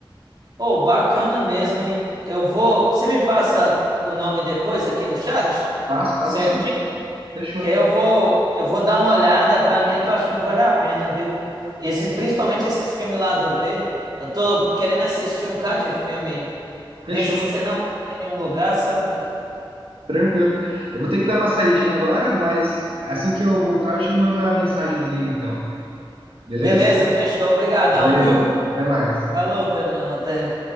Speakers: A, on the right (about 50°); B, on the right (about 80°).
A: Oh, bacana mesmo, hein? Eu vou. Você me passa o nome depois aqui no chat?
B: Passo, passo
A: Certinho?
B: sim. Fechou.
A: Que aí eu vou, eu vou dar uma olhada. Pra mim, eu tô achando que vale a pena, viu? Esse, principalmente esses filmes lá do B. Eu tô querendo assistir um cara de filme
B: Fechou,
A: desses que você não tem em nenhum lugar, sabe?
B: tranquilo. Eu vou ter que dar uma saidinha agora, mas assim que eu voltar, eu te mando a mensagenzinha, então. Beleza?
A: Beleza, fechou. Obrigadão,
B: Valeu,
A: viu?
B: até mais.
A: Falou, Pedrão. Até.